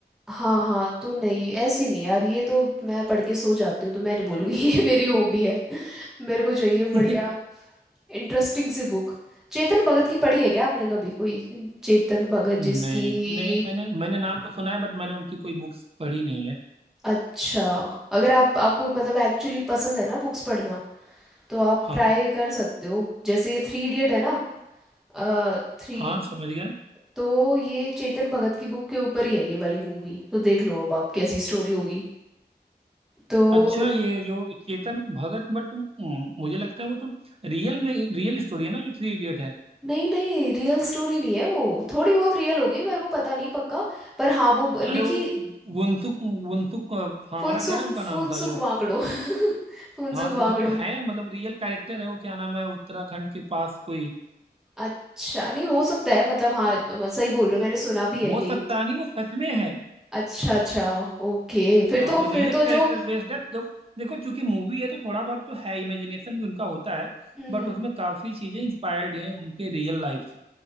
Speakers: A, in the centre; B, on the right (about 35°).
A: हाँ हाँ तो नहीं ऐसी नहीं यार ये तो मैं पढ़ के सो जाती हूँ तो मैं नहीं बोलूंगी <laughs> ये मेरी हॉबी है मेरे को चाहिए
B: है
A: बढ़िया
B: <laughs>
A: इंटरेस्टिंग सी बुक चेतन भगत की पढ़ी है क्या आपने कभी कोई चेतन भगत
B: नहीं
A: जिसकी
B: नहीं मैंने मैंने नाम तो सुना है बट मैंने उनकी कोई बुक्स पढ़ी नहीं है
A: अच्छा अगर आप आपको मतलब एक्चुअली पसंद है ना बुक्स पढ़ना तो आप
B: हाँ
A: ट्राई कर सकते हो जैसे ये थ्री इडियट है ना अ, थ्री
B: हाँ समझ गया
A: तो ये चेतन भगत की बुक के ऊपर ही है ये वाली मूवी तो देख लो अब आप कैसी स्टोरी होगी तो
B: अच्छा ये जो चेतन भगत बट मुझे लगता है वो तो रियल में रियल स्टोरी है ना जो थ्री इडियट है
A: नहीं नहीं रियल स्टोरी नहीं है वो थोड़ी बहुत रियल होगी मेरे को पता नहीं पक्का पर हाँ वो ब- लिखी
B: अरे वो वंसुक वंसुक फांगड़ा
A: फुनसुक
B: क्या है उनका
A: फुनसुक
B: नाम था जो
A: वांगड़ो <laughs> फुनसुक
B: हाँ तो
A: वांगड़ू
B: वो तो है मतलब रियल कैरेक्टर है वो क्या नाम है उत्तराखंड के पास कोई
A: अच्छा नहीं हो सकता है मतलब हाँ अ, सही बोल रहे हो मैंने सुना भी है
B: हो
A: ये
B: सकता नहीं वो सच में है
A: अच्छा अच्छा ओके फिर
B: हाँ
A: तो
B: वो रियल
A: फिर तो
B: कैरेक्टर
A: जो
B: बेस्ड है तो देखो चूंकि मूवी है तो थोड़ा बहुत तो है इमेजिनेशन भी उनका होता है
A: हम्म
B: बट
A: हम्म,
B: उसमें काफी चीजें इंस्पायर्ड हैं उनके रियल लाइफ से